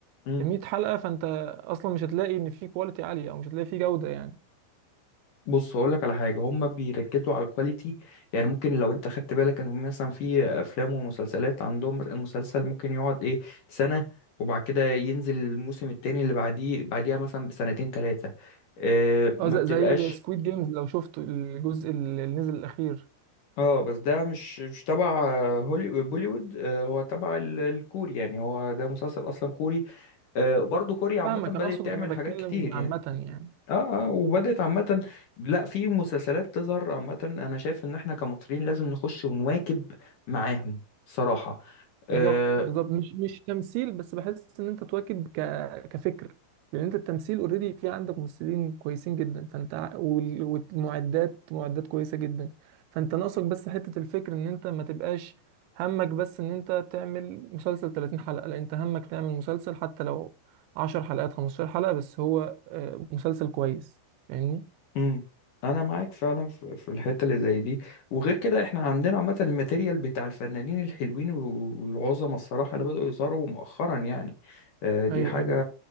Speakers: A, on the left; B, on the right.
A: امم
B: 100 حلقة فانت اصلا مش هتلاقي ان في كواليتي عالية او مش هتلاقي في جودة يعني
A: بص هقول لك على حاجه هم بيركزوا على الكواليتي يعني ممكن لو انت خدت بالك ان هم مثلا في افلام ومسلسلات عندهم المسلسل ممكن يقعد ايه سنه وبعد كده ينزل الموسم التاني اللي بعديه بعديها مثلا بسنتين ثلاثه آه ما
B: اه زي,
A: بتبقاش
B: زي سكويد جيمز لو شفت الجزء اللي نزل الاخير
A: اه بس ده مش مش تبع هولي بوليوود آه هو تبع ال- الكوري يعني هو ده مسلسل اصلا كوري آه برضو كوريا عامه
B: فاهمك
A: بدأت
B: انا اقصد
A: تعمل
B: انا بتكلم
A: حاجات كتير
B: عامة
A: يعني
B: يعني
A: اه اه وبدأت عامة لا في مسلسلات تظهر عامة انا شايف ان احنا كمصريين لازم نخش ونواكب معاهم صراحة آه
B: بالظبط بالظبط مش مش تمثيل بس بحس ان انت تواكب ك... كفكر لان انت التمثيل اوريدي في عندك ممثلين كويسين جدا فانت ع- وال- والمعدات معدات كويسه جدا فانت ناقصك بس حته الفكر ان انت ما تبقاش همك بس ان انت تعمل مسلسل 30 حلقه لا انت همك تعمل مسلسل حتى لو 10 حلقات 15 حلقه بس هو آه، مسلسل كويس فاهمني
A: امم انا معاك فعلا في في الحتة اللي زي دي وغير كده احنا عندنا عامة الماتيريال بتاع الفنانين الحلوين والعظمى الصراحة اللي بدأوا يظهروا مؤخرا يعني آه دي
B: ايوه
A: حاجة
B: ايوه